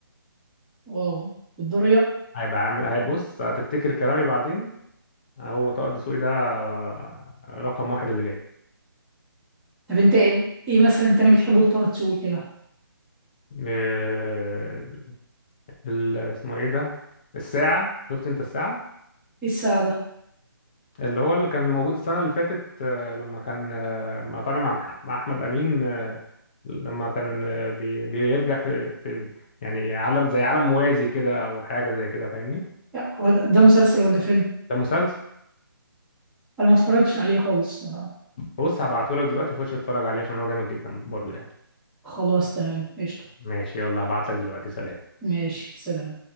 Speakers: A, in the centre; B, on the left.
A: واو للدرجة
B: هيبقى عامل هيبص هتفتكر كلامي بعدين هو طه الدسوقي ده آه، رقم واحد اللي جاي
A: طب أنت إيه إيه مثلا تاني بتحبه لطه دسوقي كده؟
B: آه، ال- اسمه ايه ده الساعه شفت انت الساعه
A: إيه الساعة ده؟
B: اللي هو اللي كان موجود السنة اللي فاتت آه، لما كان آه، مع- طالع مع مح- مع أحمد أمين آه، لما كان آه، بي- بيرجع في في- يعني عالم زي عالم موازي كده أو حاجة زي كده فاهمني
A: يعني هو ده ده مسلسل ولا فيلم؟
B: ده مسلسل
A: أنا ما اتفرجتش عليه خالص آه،
B: بص هبعتهولك دلوقتي خش اتفرج عليه عشان هو جامد جدا برضه يعني
A: خلاص تمام قشطة
B: ماشي يلا هبعتلك دلوقتي سلام
A: ماشي سلام